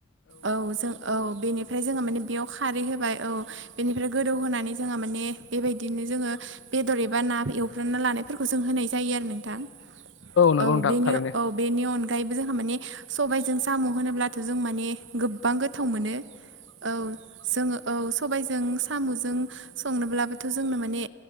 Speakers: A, on the right; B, on the left.
A: औ जों औ बेनिफ्राय जोङो माने बेयाव खारै होबाय औ बेनिफ्राय गोदौहोनानै जोंहा माने बेबायदिनो जोङो बेदर एबा ना एवफ्रना लानायफोरखौ जों होनाय जायो आरो नोंथां
B: नंगौ
A: औ
B: नोंथां
A: बेनि
B: थारैनो
A: औ बेनि अनगायैबो जोंहा माने सबायाइजों साम' होनोब्लाथ' जों माने गोबां गोथाव मोनो
B: <inaudible>
A: औ जोङो औ सबाय जों साम'जों संनोब्लाबोथ' जोंनो माने